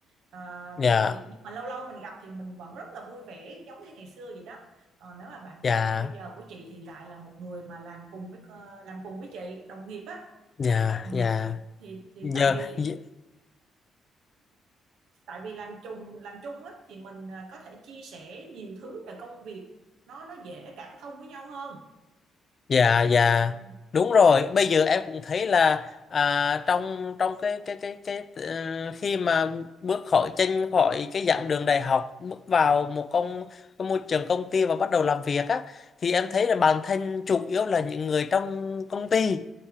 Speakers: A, on the right; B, on the left.
A: Ờ,
B: dạ
A: thì nhưng mà lâu lâu mình gặp thì mình vẫn rất là vui vẻ giống như ngày xưa vậy đó còn nếu mà bạn
B: dạ
A: thân bây giờ của chị thì lại là một người mà làm cùng với ờ, làm cùng với chị đồng nghiệp á
B: dạ
A: ừ.
B: dạ
A: thì thì
B: giờ
A: tại vì
B: dạ.
A: tại vì làm chung làm chung á thì mình à, có thể chia sẻ nhiều thứ về công việc nó nó dễ cảm thông với nhau hơn
B: dạ dạ
A: ừ.
B: đúng rồi bây giờ em cũng thấy là à, trong trong cái cái cái cái ờ, khi mà bước khỏi chân khỏi cái giảng đường đại học bước vào một công cái môi trường công ty và bắt đầu làm việc á thì em thấy là bản thân chủ yếu là những người trong công ty